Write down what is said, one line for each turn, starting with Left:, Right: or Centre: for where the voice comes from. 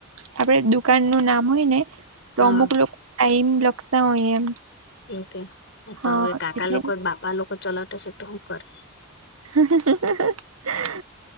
Right: આપડે દુકાન નું નામ હોય ને તો
Left: હા
Right: અમુક લોકો ટાઈમ લખતા હોય એમ.
Left: ઓકે
Right: હા
Left: તો હવે કાકા
Right: એટલે
Left: લોકો બાપા લોકો ચલાતાશે તો શું કરે.
Right: હ <inaudible>